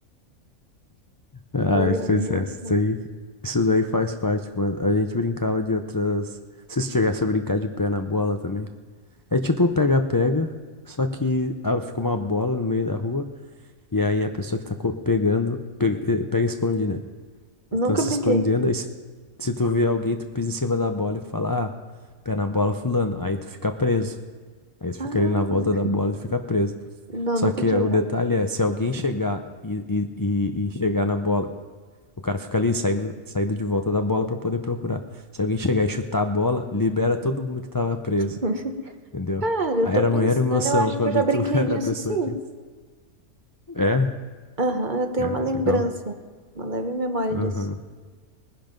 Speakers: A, on the left (about 35°); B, on the right (about 35°).
A: Ai,
B: Mas era
A: pois
B: engraçado.
A: é, isso daí, isso daí faz parte, mano. A gente brincava de outras. Se você chegasse a brincar de pé na bola também. É tipo pega-pega, só que ah, fica uma bola no meio da rua, e aí a pessoa que tá co- pegando, pe- eh, pega, e esconde, né?
B: Nunca
A: Então se
B: brinquei.
A: escondendo, aí se, se tu vê alguém, tu pisa em cima da bola e fala, ah, pé na bola, fulano. Aí tu fica preso. Aí tu
B: Ah,
A: fica ali na volta da bola e fica preso.
B: não,
A: Só
B: nunca
A: que
B: tinha
A: eh, o
B: jogado.
A: detalhe é, se alguém chegar e, e, e e chegar na bola o cara fica ali saindo, saindo de volta da bola pra poder procurar. Se alguém chegar e chutar a bola, libera todo mundo que tava preso,
B: <laughs>
A: entendeu?
B: Cara, eu
A: Aí
B: tô
A: era
B: pensando,
A: a maior emoção
B: eu acho
A: quando
B: que eu já brinquei
A: tu <laughs> era
B: disso
A: a pessoa
B: sim.
A: que. É,
B: Aham, eu tenho
A: é,
B: uma lembrança,
A: legal.
B: uma leve memória
A: Aham.
B: disso.